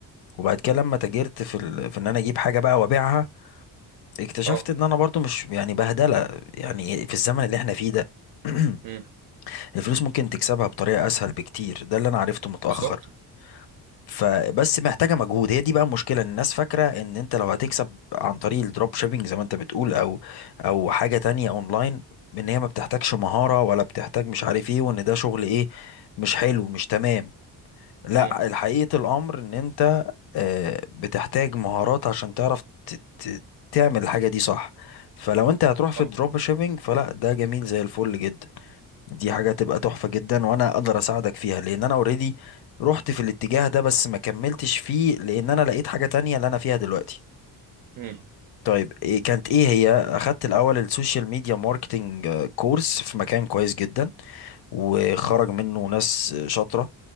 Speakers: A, on the left (about 75°); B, on the right (about 55°).
A: وبعد كده لما تاجرت في ال... في ان انا اجيب حاجة بقى وابيعها اكتشفت
B: اه
A: ان انا برضو مش يعني بهدلة يعني في الزمن اللي احنا فيه ده
B: امم
A: <clears throat> الفلوس ممكن تكسبها بطريقة اسهل بكتير ده اللي انا عرفته متأخر
B: بالظبط
A: فبس محتاجه مجهود هي دي بقى المشكله إن الناس فاكره ان انت لو هتكسب عن طريق الدروب شيبينج زي ما انت بتقول او او حاجه تانية اونلاين ان هي ما بتحتاجش مهاره ولا بتحتاج مش عارف ايه وان ده شغل ايه مش حلو مش تمام لا
B: امم
A: الحقيقه الامر ان انت آه، بتحتاج مهارات عشان تعرف ت- ت- تعمل الحاجه دي صح فلو انت هتروح
B: صح
A: في الدروب شيبينج فلا ده جميل زي الفل جدا دي حاجة تبقى تحفة جدا وانا اقدر اساعدك فيها لان انا اوريدي رحت في الاتجاه ده بس ما كملتش فيه لان انا لقيت حاجة تانية اللي انا فيها دلوقتي
B: امم
A: طيب إيه كانت ايه هي اخدت الاول السوشيال ميديا ماركتنج آه، كورس في مكان كويس جدا وخرج منه ناس شاطرة